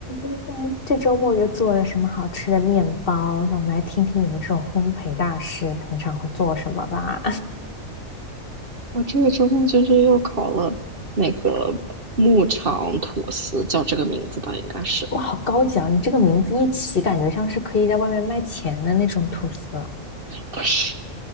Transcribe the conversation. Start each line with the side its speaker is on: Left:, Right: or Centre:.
Left: 天这周末又做了什么好吃的面包？让我们来听听你们这种烘焙大师平常会做什么吧。
Right: 我这个周末就是又烤了那个牧场吐司，叫这个名字吧，应该是
Left: <laughs> 哇，好高级啊！你这个名字一起，感觉像是可以在外面卖钱的那种吐司，
Right: 不是？